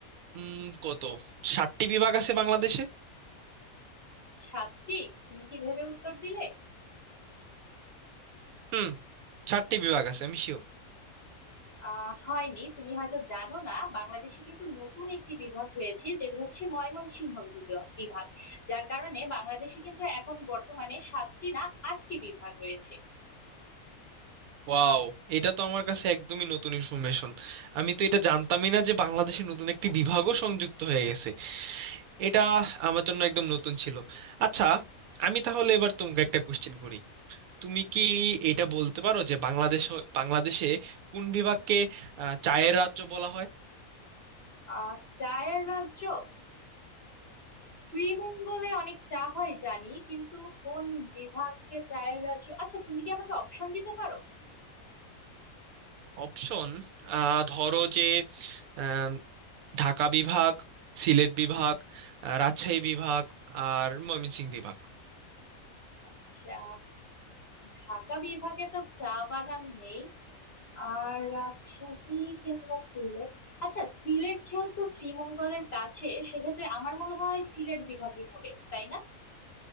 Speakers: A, on the right; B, on the left.
A: উম, কত ষাটটি বিভাগ আছে বাংলাদেশে
B: সাতটি তুমি কি ভেবে উত্তর দিলে
A: হুম ষাটটি বিভাগ আছে আমি শিওর
B: আহ হয়নি তুমি হয়তো জানো না বাংলাদেশে কিন্তু নতুন একটি বিভাগ হয়েছে যেটি হচ্ছে ময়মনসিংহ বিভাগ বিভাগ। যার কারণে বাংলাদেশে কিন্তু এখন বর্তমানে সাতটি না আটটি বিভাগ রয়েছে
A: ওয়াও এটা তো আমার কাছে একদমই নতুন ইনফরমেশন আমি তো এটা জানতামই না যে বাংলাদেশে নতুন একটি বিভাগও সংযুক্ত হয়ে গেছে এটা আমার জন্য একদম নতুন ছিল আচ্ছা আমি তাহলে এবার তোমাকে একটা কোশ্চেন করি তুমি কি এটা বলতে পারো যে বাংলাদেশ বাংলাদেশে কোন বিভাগকে আহ, চায়ের রাজ্য বলা হয়
B: আহ চায়ের রাজ্য শ্রীমঙ্গলে অনেক চা হয় জানি কিন্তু কোন বিভাগকে চায়ের রাজ্য আচ্ছা তুমি কি আমাকে অপশন দিতে পারো
A: অপশন ধরো যে আম, ঢাকা বিভাগ সিলেট বিভাগ আহ, রাজশাহী বিভাগ আর ময়মনসিংহ বিভাগ
B: আচ্ছা ঢাকা বিভাগে তো চা বাগান নেই আর রাজশাহী কিংবা সিলেট আচ্ছা সিলেট যেহেতু শ্রীমঙ্গলের কাছে সেক্ষেত্রে আমার মনে হয় সিলেট বিভাগই হবে তাই না